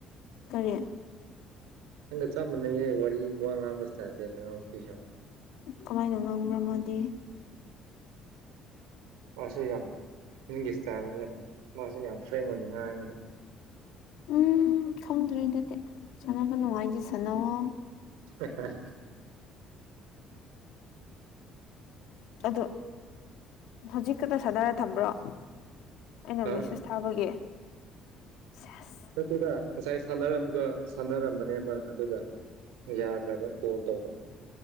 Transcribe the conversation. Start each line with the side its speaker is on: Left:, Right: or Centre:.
Left: ꯀꯔꯤ
Right: ꯅꯪꯒ ꯆꯞꯃꯥꯅꯩꯌꯦ ꯋꯥꯔꯤ ꯋꯥ ꯉꯥꯡꯕ ꯁꯇ꯭ꯥꯏꯜꯗꯤ ꯅꯅꯥꯎ ꯅꯨꯄꯤꯁꯦ
Left: ꯀꯃꯥꯏꯅ ꯉꯥꯡꯕ꯭ꯔꯥ ꯃꯥꯗꯤ
Right: ꯃꯥꯁꯦ ꯌꯥꯝ ꯐꯤꯜꯂꯝꯒꯤ ꯁꯇꯥꯔꯅꯦꯕ ꯃꯥꯁꯦ ꯌꯥꯝ ꯐ꯭ꯔꯦꯡꯀ ꯑꯣꯏꯅ ꯉꯥꯡꯉꯦꯕ
Left: ꯎꯝ ꯈꯪꯗ꯭ꯔꯦꯗꯨꯗꯤ ꯁꯥꯟꯅꯕ ꯅꯨꯡꯉꯥꯏꯗꯤ ꯁꯥꯟꯅꯋꯣ
Right: <unintelligible>
Left: ꯑꯗꯨ ꯍꯧꯖꯤꯛꯈꯛꯇ ꯁꯥꯟꯅꯔ ꯊꯝꯕ꯭ꯔꯣ ꯑꯩꯅ
Right: ꯍꯥ
Left: ꯃꯦꯁꯦꯁ ꯊꯥꯕꯒꯤ ꯁꯦꯁ
Right: ꯅꯠꯇꯦꯗ ꯉꯁꯥꯏ ꯁꯥꯟꯅꯔꯝꯒ ꯁꯥꯟꯅꯔꯝꯕꯅꯦꯕ ꯑꯗꯨꯒ ꯌꯥꯗ꯭ꯔꯕ ꯀꯣꯜ ꯇꯧꯕ